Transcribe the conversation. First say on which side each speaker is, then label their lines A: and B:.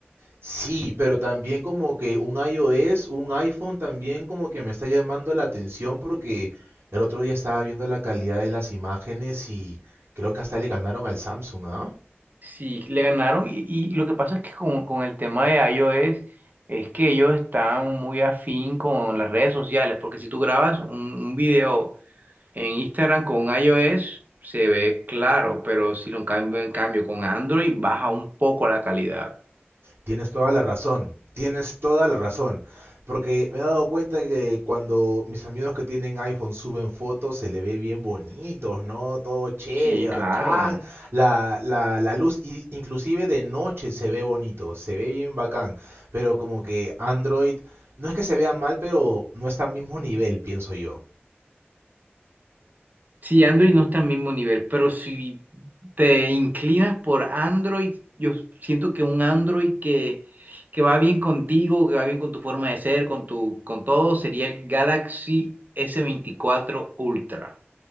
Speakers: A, on the right (about 80°); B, on the right (about 45°).
A: Sí, pero también como que un iOS, un iPhone también como que me está llamando la atención porque el otro día estaba viendo la calidad de las imágenes y creo que hasta le ganaron al Samsung, ¿ah?
B: Sí, le ganaron y, y lo que pasa es que con, con el tema de iOS es que ellos están muy afín con las redes sociales, porque si tú grabas un, un video En Instagram con iOS se ve claro, pero si lo cambio en cambio con Android baja un poco la calidad.
A: Tienes toda la razón, tienes toda la razón. Porque me he dado cuenta que cuando mis amigos que tienen iPhone suben fotos, se le ve bien bonitos, ¿no? Todo chévere,
B: Sí, claro.
A: bacán. La, la, la luz, i- inclusive de noche se ve bonito, se ve bien bacán. Pero como que Android, no es que se vea mal, pero no está al mismo nivel, pienso yo.
B: Sí, Android no está al mismo nivel, pero si te inclinas por Android, yo siento que un Android que, que va bien contigo, que va bien con tu forma de ser, con tu, con todo, sería el Galaxy S24 Ultra.